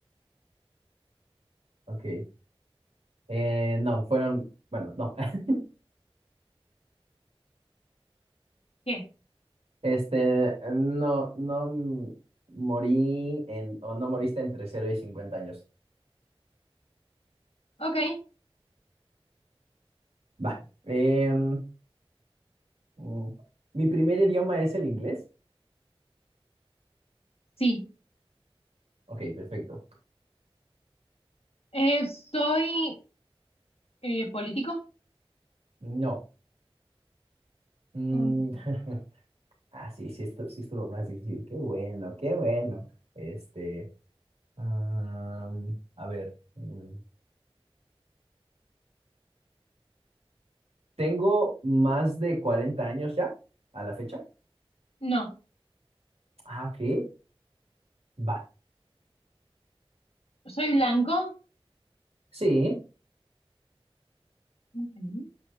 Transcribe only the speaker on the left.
¿Qué?
Ok.
Sí.
Eh, ¿soy eh, político?
Mm,
No.
¿Soy blanco?
Ok.